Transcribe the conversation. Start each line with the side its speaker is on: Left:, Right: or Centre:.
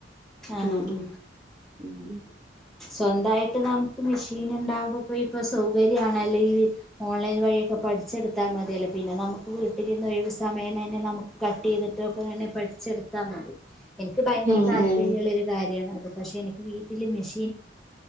Centre: ആഹ്
Right: ഉം ഉ ഉ
Centre: സ്വന്തായിട്ട് നമുക്ക് മെഷീൻ ഉണ്ടാകുമ്പോ ഇപ്പൊ സൗകര്യാണല്ലോ ഈ ഓൺലൈൻ വഴിയൊക്കെ പഠിച്ചെടുത്താൽ മതിയല്ലേ. പിന്നെ നമ്മുക്ക് വീട്ടിലിരുന്ന് ഒഴിവ് സമയം തന്നെ നമുക്ക് കട്ട് ചെയ്തിട്ടൊക്കെ വേണേ പഠിച്ച് എടുത്താ മതി. എനിക്ക് ഭയങ്കര
Right: ഉം
Centre: താല്‌പര്യള്ള
Right: ഉം
Centre: ഒരു കാര്യാണത്. പക്ഷെ എനിക്ക് വീട്ടില് മെഷീ <unintelligible> <unintelligible>